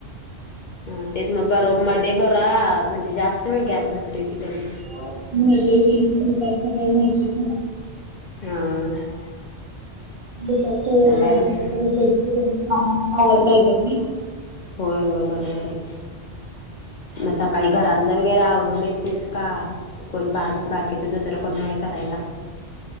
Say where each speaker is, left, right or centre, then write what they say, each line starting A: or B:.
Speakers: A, on the left (about 50°); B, on the right (about 30°).
A: हा तेच मग बर मध्ये बरा म्हणजे जास्त वेळ गॅप भेटतोय की तरी.
B: हो मिळते की दुपार सगळ माहिती आहे तुला.
A: हा हं ह
B: जरा दुपारचं वय जराकाहीतर
A: आहे मग
B: कामात आवरता येता की.
A: होय, होय बरोबर आहे की. मग सकाळी घरातलं वगैरे आवरून येतेस का?. कोण बा बाकीच दुसरं कोण हाय करायला?